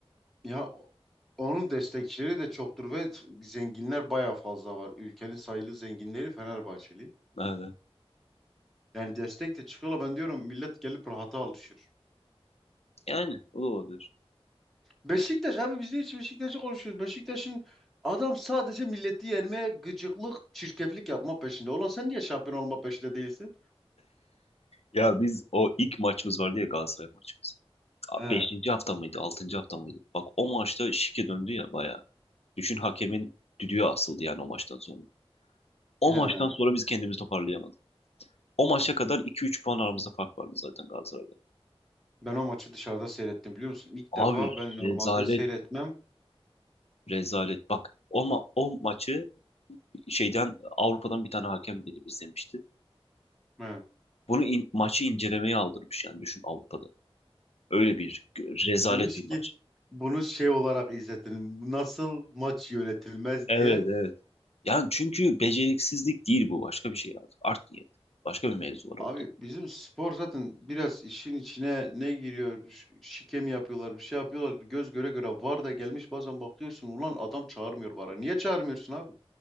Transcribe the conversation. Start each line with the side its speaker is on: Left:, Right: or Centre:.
Centre: ya o- onun destekçileri de çoktur ve zenginler bayağı fazla var. Ülkenin sayılı zenginleri Fenerbahçeli.
Left: Evet.
Centre: Yani destek de çıkıyorlar. Ben diyorum millet gelip rahata alışır.
Left: Yani o da olabilir.
Centre: Beşiktaş abi biz de hiç Beşiktaş'ı konuşuyoruz. Beşiktaş'ın adam sadece milleti yermeye gıcıklık, çirkeflik yapma peşinde. Ulan sen niye şampiyon olma peşinde değilsin?
Left: Ya biz o ilk maçımız vardı ya Galatasaray maçımız. Abi
Centre: He,
Left: Beşinci hafta mıydı? Altıncı hafta mıydı? Bak o maçta şike döndü ya bayağı. Düşün hakemin düdüğü asıldı yani o maçtan sonra. O
Centre: he.
Left: maçtan sonra biz kendimizi toparlayamadık. O maça kadar 2-3 puan aramızda fark vardı zaten Galatasaray'da.
Centre: Ben o maçı dışarıda seyrettim biliyor musun? İlk
Left: Abi
Centre: defa ben normalde
Left: rezalet,
Centre: seyretmem.
Left: rezalet. Bak o, ma- o maçı şeyden Avrupa'dan bir tane hakem gelip izlemişti.
Centre: He.
Left: Bunu in- maçı incelemeye aldırmış yani düşün Avrupa'da. Öyle bir rezalet
Centre: Demiş
Left: bir
Centre: ki
Left: maç.
Centre: bunu şey olarak izletin. Nasıl maç yönetilmez
Left: Evet
Centre: diye
Left: evet. Yani çünkü beceriksizlik değil bu başka bir şey artık. Art niyet. Başka bir mevzu var
Centre: Abi
Left: ortada.
Centre: bizim spor zaten biraz işin içine ne giriyor, ş- şike mi yapıyorlar, bir şey yapıyorlar. Göz göre göre var da gelmiş bazen bakıyorsun ulan adam çağırmıyor vara Niye çağırmıyorsun abi?